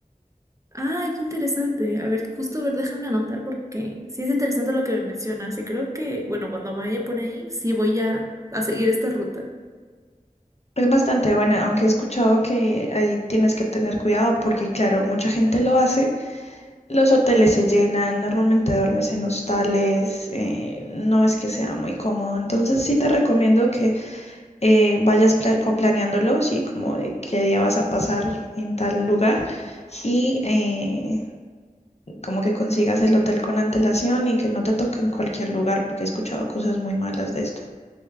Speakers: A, on the right; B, on the left.
A: Ay, qué interesante. A ver, justo, a ver, déjame anotar porque sí es interesante lo que me mencionas y creo que, bueno, cuando vaya por ahí, sí voy a, a seguir esta ruta.
B: Es bastante buena, aunque he escuchado que ahí tienes que tener cuidado porque claro, mucha gente lo hace, los hoteles se llenan, normalmente duermes en hostales, eh, no es que sea muy cómodo, entonces sí te recomiendo que eh, vayas pla- con- planeándolo, sí, como de qué día vas a pasar en tal lugar y eh, como que consigas el hotel con antelación y que no te toque en cualquier lugar, porque he escuchado cosas muy malas de esto.